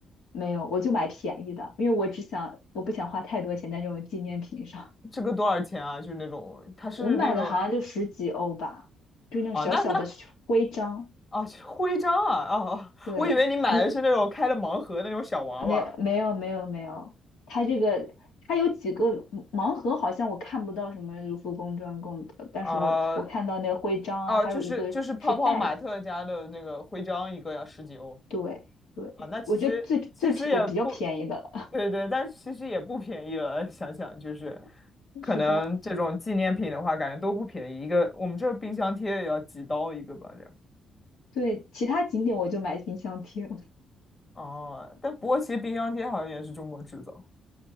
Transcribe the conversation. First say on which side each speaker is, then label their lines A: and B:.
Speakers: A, on the left; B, on the left.
A: 没有，我就买便宜的，因为我只想我不想花太多钱在这种纪念品上。
B: 这个多少钱啊？就是那种，
A: <laughs>
B: 它是那种，
A: 我买的好像就十几欧吧，就那种小小的徽章。
B: 啊，那那啊徽章啊，哦，
A: 对你，
B: 我以为你买的是那种开了盲盒的那种小娃娃，
A: 没有没有没有没有，它这个它有几个盲盒，好像我看不到什么卢浮宫专供的，但是我我看到那个徽章啊，
B: 啊哦，
A: 还有一个是袋子，
B: 就是就是泡泡玛特家的那个徽章，一个要十几欧，
A: 对对，
B: 啊、那其实其实也不，
A: 我觉得最最便我比较便宜的了，
B: 对对，但是其实也不便宜了，想想就是，
A: <laughs>
B: 可能这种纪念品的话，
A: 是的，
B: 感觉都不便宜，一个我们这冰箱贴也要几刀一个吧，这样。
A: 对，其他景点我就买冰箱贴，
B: 哦，但不过其实冰箱贴好像也是中国制造。